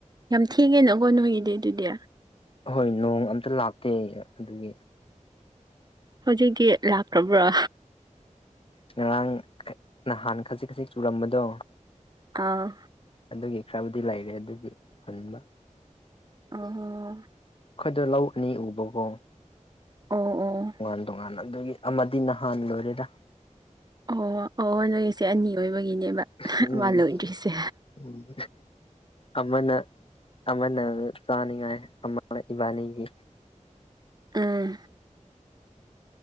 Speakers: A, on the right; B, on the left.
A: ꯌꯥꯝ ꯊꯦꯡꯉꯦꯅꯀꯣ ꯅꯣꯏꯒꯤꯗꯤ ꯑꯗꯨꯗꯤ
B: ꯍꯣꯏ ꯅꯣꯡ ꯑꯝꯇ ꯂꯥꯛꯇꯦ ꯑꯗꯨꯒꯤ
A: ꯍꯧꯖꯤꯛꯇꯤ ꯂꯥꯛꯇ꯭ꯔꯕ꯭ꯔꯥ
B: ꯉꯔꯥꯡ ꯅꯍꯥꯟ ꯈꯖꯤꯛ ꯈꯖꯤꯛ ꯆꯨꯔꯝꯕꯗꯣ
A: ꯑꯥ
B: ꯑꯗꯨꯒꯤ ꯈꯔꯕꯨꯗꯤ ꯂꯩꯔꯦ ꯑꯗꯨꯒꯤ ꯍꯨꯟꯕ
A: ꯑ
B: ꯑꯩꯈꯣꯏꯗ ꯂꯧ ꯑꯅꯤ ꯎꯕꯀꯣ
A: ꯑꯣ ꯑꯣ
B: ꯇꯣꯉꯥꯟ ꯇꯣꯉꯥꯟ ꯑꯗꯨꯒꯤ ꯑꯃꯗꯤ ꯅꯍꯥꯟ ꯂꯣꯏꯔꯦꯔ
A: ꯑꯣ ꯑꯣ ꯅꯣꯏꯒꯤꯁꯦ ꯑꯅꯤ ꯑꯣꯏꯕꯒꯤꯅꯦꯕ
B: ꯎꯝ
A: ꯃꯥ ꯂꯣꯏꯗ꯭ꯔꯤꯁꯦ
B: ꯎꯝ ꯑꯃꯅ ꯑꯃꯅ ꯆꯥꯅꯤꯡꯉꯥꯏ ꯑꯃ ꯏꯕꯥꯅꯤꯒꯤ
A: ꯑꯥ